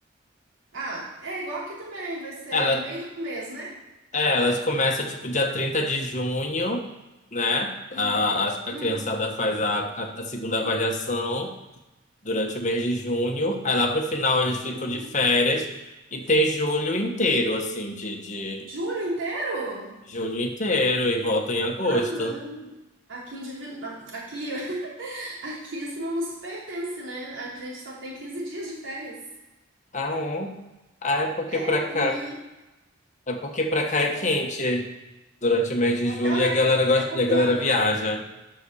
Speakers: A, on the right (about 75°); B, on the left (about 40°).
A: Ah, é igual aqui também, vai ser
B: Ela,
A: no meio do mês, né?
B: é, elas começam, tipo, dia 30 de junho, né? A,
A: Hum,
B: a,
A: hum,
B: a criançada faz a, a, a segunda avaliação durante o mês de junho. Aí lá pro final eles ficam
A: uhum.
B: de férias e tem julho inteiro, assim, de, de
A: Julho inteiro?
B: Julho inteiro e volta em agosto.
A: Ah, não. Aqui em Divino... Aqui, <laughs> aqui isso não nos pertence, né? A gente só tem 15 dias de férias.
B: Ah, é? Ah, é porque
A: É,
B: pra
A: no
B: cá.
A: meio.
B: É porque pra cá
A: Quer
B: é
A: ver?
B: quente durante o mês
A: Eu
B: de
A: vou
B: julho
A: até olhar
B: e a galera
A: aqui, vou
B: gosta,
A: até confirmar
B: e a galera
A: para
B: viaja.
A: você.